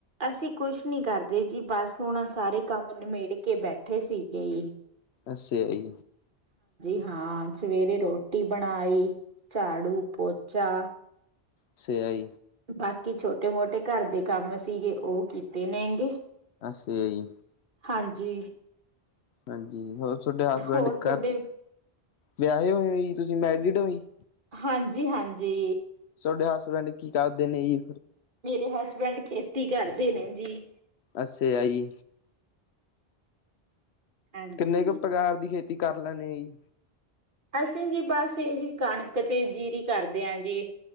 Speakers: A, on the right; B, on the left.
A: ਅਸੀਂ ਕੁਛ ਨਹੀਂ ਕਰਦੇ ਜੀ ਬਸ ਹੁਣ ਸਾਰੇ ਕੰਮ ਨਿਮੇੜ ਕੇ ਬੈਠੇ ਸੀਗੇ ਏ।
B: ਅੱਛਿਆ ਈ।
A: ਹਾਂ, ਸਵੇਰੇ ਰੋਟੀ ਬਣਾਈ ਝਾੜੂ-ਪੋਚਾ
B: ਅੱਛਿਆ ਹੈ।,
A: ਬਾਕੀ ਛੋਟੇ-ਮੋਟੇ ਘੱਰ ਦੇ ਕੰਮ ਸੀਗੇ ਉਹ ਕੀਤੇ ਨੇਗੇ।
B: ਅੱਛਿਆ ਈ।
A: ਹਾਂਜੀ।
B: ਹਾਂਜੀ ਹੋਰ ਤੁਹਾਡੇ ਹਸਬੈਂਡ
A: ਹੋਰ ਤੁਹਾਡੇ,
B: ਘ ਵਿਆਹੇ ਹੋਏ ਹੋ ਜੀ ਤੁਸੀਂ ਮੈਰੀਡ ਔ ਜੀ?
A: ਹਾਂਜੀ-ਹਾਂਜੀ
B: ਤੁਹਾਡੇ ਹਸਬੈਂਡ ਕੀ ਕਰਦੇ ਨੇ ਜੀ।
A: ਮੇਰੇ ਹਸਬੈਂਡ ਖੇਤੀ ਕਰਦੇ ਨੇ ਜੀ।
B: ਅੱਛਿਆ ਜੀ
A: ਹਾਂਜੀ
B: ਕਿੰਨੇ ਕੁ ਪ੍ਰਕਾਰ ਦੀ ਖੇਤੀ ਕਰ ਲੈਣੇ ਜੀ
A: ਅਸੀਂ ਜੀ ਬ ਅਸੀ ਇਹੀ ਕਣਕ ਤੇ ਜੀਰੀ ਕਰਦੇ ਹਾਂ ਜੀ।